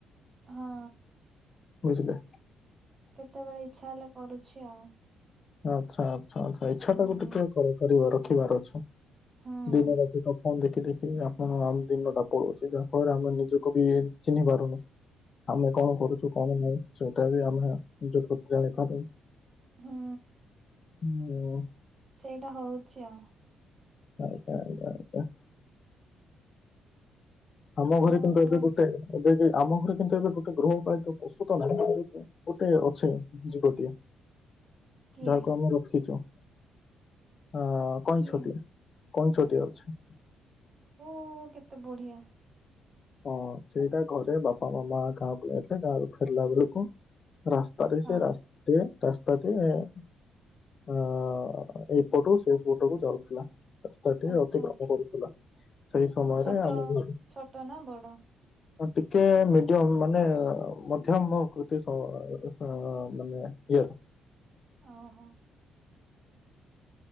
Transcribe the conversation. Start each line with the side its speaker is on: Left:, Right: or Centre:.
Right: ହଁ।
Left: ବୁଝିଲେ।
Right: କେତୋବେଳେ ଇଚ୍ଛା ହେଲେ କରୁଛି ଆଉ।
Left: ଆଛା ଆଛା ଆଛା ଇଚ୍ଛା
Right: ହୁଁ
Left: ଟାକୁ ଟିକେ କରେ କରିବାର ରଖିବାର ଅଛି।
Right: ହୁଁ
Left: ଦିନ ରାତି ତ ଫୋନ ଦେ କି ଦେଖି ଆପଣ ଆମ ଦିନଟା ପଲଉଚି ଯାହା ଫଳରେ ଆମେ ନିଜକୁ ବି ଚିହ୍ନି ପାରୁନୁ। ଆମେ କଣ କରୁଚୁ କଣ ନାଇଁ ସେଇଟା ବି ଆମେ ନିଜ ପ୍ରତି ଜାଣିପାରୁ।
Right: ହୁଁ।
Left: ହୁଁ।
Right: ସେଇଟା ହୋଉଛି ଆଉ।
Left: ଆଉ <unintelligible> ଆଜ୍ଞା ଆଜ୍ଞା। ଆମ ଘରେ
Right: ଆଉ
Left: କିନ୍ତୁ
Right: ଆପଣ
Left: ଏବେ ଗୋଟେ ଏବେ କି ଆମ ଘରେ କିନ୍ତୁ ଏବେ ଗୋଟେ ଗୃହପାଳିତ ପଶୁ ତ ନାହିଁ କିନ୍ତୁ ଗୋଟେ ଅଛି ଜୀବଟିଏ।
Right: କିଏ
Left: ଯାହାକୁ ଆମେ ରଖିଚୁ। ହଁ କଇଁଛ
Right: କିଏ
Left: ଟିଏ କଇଁଛ ଟିଏ ଅଛି।
Right: ଓ କେତେ ବଢିଆ।
Left: ହଁ ସେଇଟା ଘରେ ବାପା ମାମା ଗାଁକୁ ଯାଇଥିଲେ ଗାଁରୁ ଫେରିଲା ବେଳୁକୁ ରାସ୍ତାରେ
Right: ହଁ
Left: ସେ ରାସ୍ତେ ରାସ୍ତାଟେ ଅ ଏଇପଟକୁ ସେପଟକୁ ଯାଉଥିଲା। ରାସ୍ତାଟି
Right: ଆଚ୍ଛା
Left: ଅତିକ୍ରମ କରୁଥିଲା। ସେଇ ସମୟରେ
Right: ଛୋଟ
Left: ଆମ ଘର
Right: ଛୋଟ ନା ବଡ଼?
Left: ଟିକେ ମିଡିୟମ ମାନେ ମଧ୍ୟମ କୃତି ସ ସ ମାନେ ଇଏର
Right: ଓହୋ।